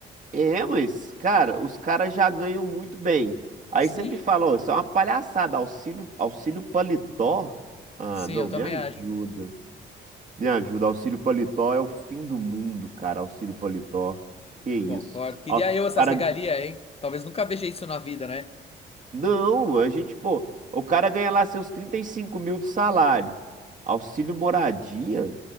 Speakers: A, on the right; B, on the left.
A: É, mas, cara, os caras já ganham muito bem. Aí
B: Sim,
A: você me fala, ó, isso é uma palhaçada, auxílio, auxílio paletó? Ah,
B: sim,
A: não,
B: eu também
A: me ajuda.
B: acho.
A: Me ajuda, auxílio paletó é o fim do mundo, cara, auxílio paletó. Que isso?
B: Concordo. Queria
A: Ó, o
B: eu essas
A: cara,
B: regalias, hein? Talvez nunca veja isso na vida, né?
A: não, a gente, pô, o cara ganha lá seus 35 mil de salário. Auxílio moradia?